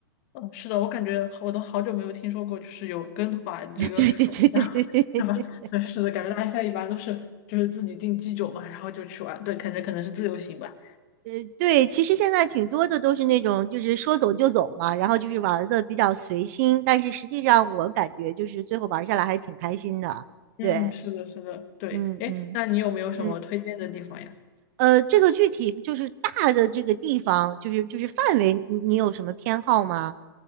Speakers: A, on the left; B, on the right.
A: 嗯，是的，我感觉我都好久没有听说过，就是有跟团这个选项，
B: <laughs> 对对对对对对对对，
A: <laughs> 是吧？所以是的，感觉大家现在一般都是就是自己订机酒嘛，然后就去玩，对，感觉可能是自由行吧。
B: 呃，对，其实现在挺多的都是那种，就是说走就走嘛，然后就是玩的比较随心，但是实际上我感觉就是最后玩下来还挺开心的。
A: 嗯，
B: 对，
A: 是的，是的，对。
B: 嗯嗯。
A: 哎，那你有没有什么推荐的地方呀？
B: 嗯，呃，这个具体就是大的这个地方，就是就是范围，你你有什么偏好吗？